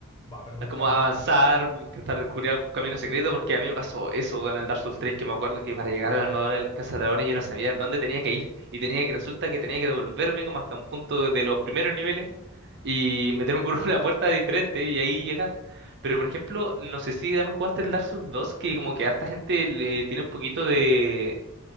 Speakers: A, on the left; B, on the right.
A: Va, pero me
B: Es
A: encantó,
B: como avanzar, tratar de descubrir algún camino secreto, porque a mí me pasó eso en el Dark Souls 3, que me acuerdo que para llegar a la armadura del Cazadragones yo no sabía dónde tenía que ir, y tenía que, resulta que tenía que devolverme como hasta un punto de los primeros niveles, y meterme por <laughs> una puerta diferente, y ahí llegar. Pero por ejemplo, no sé si también jugaste el Dark Souls 2, que como que harta gente le tiene un poquito de,